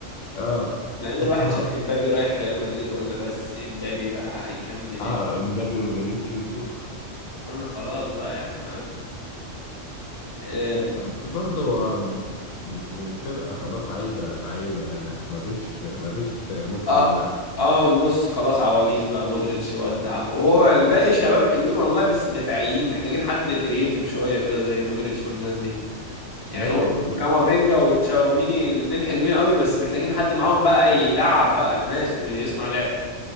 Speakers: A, on the left; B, on the left.
A: اه
B: مع ان
A: <laughs>
B: الواحد شاف امبابي رايح ريال مدريد قلنا بس امبابي بقى هيكمل
A: اه
B: ال...
A: امبابي وفينيسيوس اوف
B: قلنا خلاص بقى يعني فاهم أم،
A: بس برضه آم، الفرقة خلاص عايزة لعيبة يعني مفيش مفيش نص
B: اه
A: ملعب
B: اه النص خلاص عواجيز بقى مودريتش ودع وهو الباقي شباب حلوين والله بس دفاعيين محتاجين حد كرييتيف شوية كده زي مودريتش والناس دي يعني
A: أيوه
B: هو
A: بالظبط
B: كامافينجا وتشاوميني الاتنين حلوين قوي بس محتاجين حد معاهم بقى يلعب بقى الناس ويصنع لعب